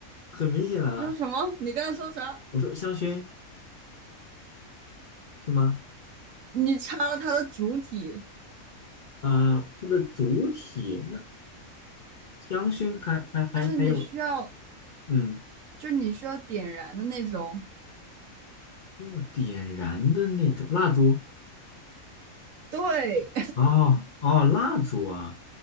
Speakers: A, on the left; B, on the right.
A: 很明显的，啊，
B: 你说什么？你刚才说啥？
A: 我说香薰是吗？
B: 你插了它的主体，
A: 啊、它的主体那香薰还还还还有
B: 就是你需要，
A: 嗯，
B: 就你需要点燃的那种。
A: 要点燃的那种蜡烛
B: 对，
A: 哦哦，蜡烛啊